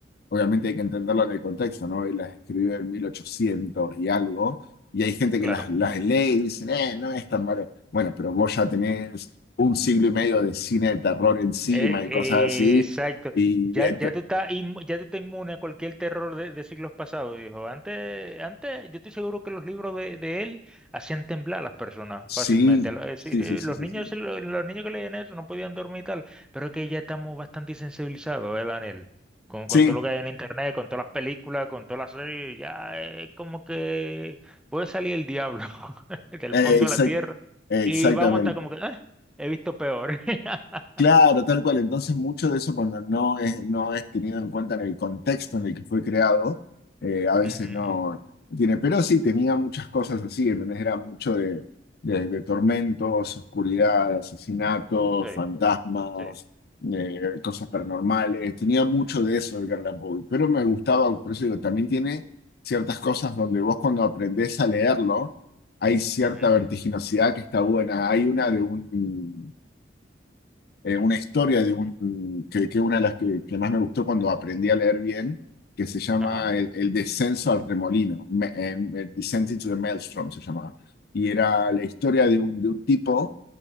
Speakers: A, on the left; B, in the centre.
A: obviamente hay que entenderlo en el contexto, ¿no? y las escribió en 1800 y algo, y hay gente
B: Claro.
A: que las, las lee y dicen, eh, no es tan malo. Bueno, pero vos ya tenés un siglo y medio de cine de terror encima
B: Eh, eh,
A: y cosas así,
B: exacto.
A: y
B: Ya,
A: ent-
B: ya tú estás inmu- ya tú estás inmune a cualquier terror de, de siglos pasados, dijo. Antes, antes, yo estoy seguro que los libros de, de él hacían temblar a las personas
A: sí,
B: fácilmente. Lo- eh,
A: sí,
B: sí, sí,
A: sí, sí,
B: Los
A: sí.
B: niños,
A: Sí,
B: lo- los, niños que leían eso no podían dormir y tal, pero que ya estamos bastante sensibilizados, ¿eh, Daniel? Con,
A: Sí,
B: con todo lo que hay en internet, con todas las películas, con todas las series, ya es como que puede salir el diablo <laughs> del
A: Eh,
B: fondo
A: exacta-
B: de la tierra
A: exactamente.
B: y vamos a estar como que, "Ah, he visto peor. <laughs>
A: Claro, tal cual. Entonces, mucho de eso cuando no es, no es tenido en cuenta en el contexto en el que fue creado, eh, a veces
B: ujú,
A: no no tiene. Pero sí, tenía muchas cosas así, Entonces Era mucho de, de- de tormentos, oscuridad, asesinatos,
B: Sí,
A: fantasmas,
B: sí.
A: eh, cosas paranormales. Tenía mucho de eso el Garland Poe. Pero me gustaba, por eso digo, también tiene ciertas cosas donde vos cuando aprendés a leerlo, hay cierta
B: ujú, ujú.
A: vertiginosidad que está buena. Hay una de un eh, una historia de un, que, que una de las que, que más me gustó cuando aprendí a leer bien, que se llama
B: ujú. Ajá,
A: El, el descenso al remolino, me- eh, el Descent into the Maelstrom se llamaba. Y era la historia de un, de un tipo